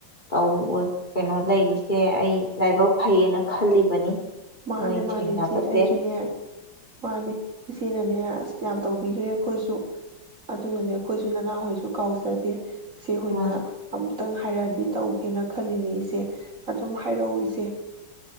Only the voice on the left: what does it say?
ꯇꯧꯔ ꯀꯩꯅꯣ ꯂꯩꯕꯁꯦ ꯑꯩ ꯂꯥꯏꯕꯛ ꯐꯩꯌꯦꯅ ꯈꯜꯂꯤꯕꯅꯤ
ꯅꯣꯏ
ꯊꯦꯡꯅꯕꯁꯦ
ꯎꯝ